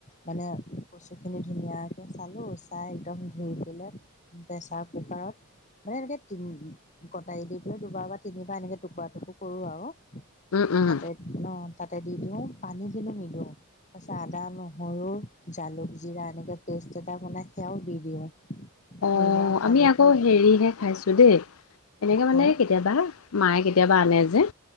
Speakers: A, on the left; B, on the left.
A: মানে কচু খিনি ধুনীয়াকৈ চালোঁ, চাই একদম ধুই পেলাই প্ৰেছাৰ কুকাৰত মানে এনেকে তিম কটাৰী দি পেলাই দুবাৰ বা তিনিবাৰ এনেকে টুকুৰা টুকুৰ কৰো আৰু
B: উম উম
A: তাতে ন তাতে দি দিওঁ পানী কিন্তু দিলো নিদিওঁ তাৰপিছত আদা নো নহৰু, জালুক-জিৰা এনেকৈ পেষ্ট এটা বনাই সেয়াও দি দিওঁ।
B: অ
A: নিমখ হালধি
B: আমি আকৌ হেৰিহে
A: দি
B: খাইছো দেই, এনেকে মানে
A: হে
B: কেতিয়াবা মায়ে কেতিয়াবা আনে যে,